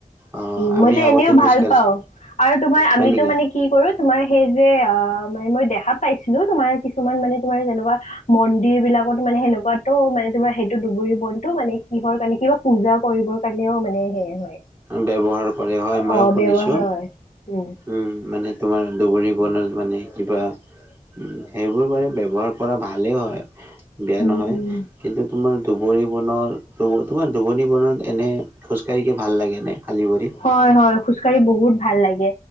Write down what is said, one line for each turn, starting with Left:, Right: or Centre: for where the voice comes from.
Right: অ',
Left: উম
Right: আমি
Left: মইতো
Right: আগতে
Left: এনেওঁ
Right: খোজ
Left: ভাল
Right: কাঢ়িছো
Left: পাওঁ আৰু তোমাৰ
Right: হয়
Left: আমিতো
Right: নেকি?
Left: মানে কি কৰোত তোমাৰ সেই যে অ মানে মই দেখা পাইছিলোঁ তোমাৰ কিছুমান মানে তোমাৰ যেনেকুৱা মন্দিৰ বিলাকত মানে সেনেকুৱা ত মানে তোমাৰ সে- টো দুবুৰী বনটো মানে কিহৰ কাৰণে কিবা পূজা কৰিব কাৰণেও মানে সেই হয়,
Right: ব্যৱহাৰ কৰে হয় ময়ো
Left: অ
Right: শুনিছো।
Left: ব্যৱহাৰ হয় উম।
Right: উম, মানে তোমাৰ দুবুৰী বনত মানে কিবা উম, সেইবোৰ মানে ব্যৱহাৰ কৰা ভালে হয়। বেয়া
Left: উম
Right: নহয়
Left: উম
Right: কিন্তু তোমাৰ দুবুৰী বনৰ ক'ব তোমাৰ দুবুৰী বনত এনে খোজকাঢ়ি ভাল লাগে নে খালি ভৰি
Left: হয় হয় খোজকাঢ়ি বহুত ভাল লাগে